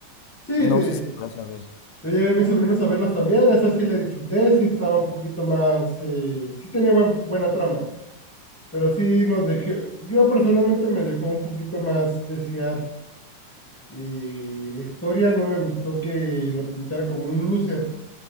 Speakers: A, in the centre; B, on the left.
A: Sí, te,
B: No sé si vas a ver.
A: yo llevé a mis sobrinos a verlas también, esa sí la disfruté, sí estaba un poquito más, eh, sí tenía buen- buena trama, pero sí nos dejó, yo personalmente me dejó un poquito más desear. eh, la historia no me gustó que lo pintara como un loser